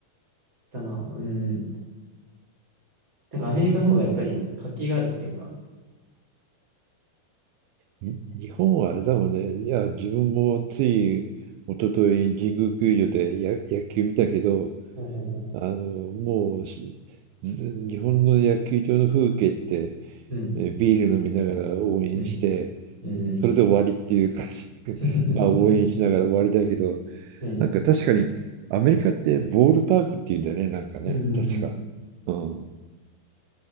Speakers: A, on the right; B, on the right.
A: たな。うん。なんかアメリカの方がやっぱり活気があるっていうか。
B: に日本はあれだもんね。いや、自分もつい一昨日神宮球場でや野球見たけど、
A: ほうほうほう。
B: あの、もうしず日本の野球場の風景って
A: うん、
B: えービール飲みながら応援して、
A: うん、うん。うん、
B: それで終わりっていう感じ。<laughs>
A: <laughs>
B: まあ応援しながら終わりだけど、
A: うん、うん。
B: なんか確かにアメリカってボールパークっていうんだよね、なんかね、
A: うんうん
B: 確か。うん。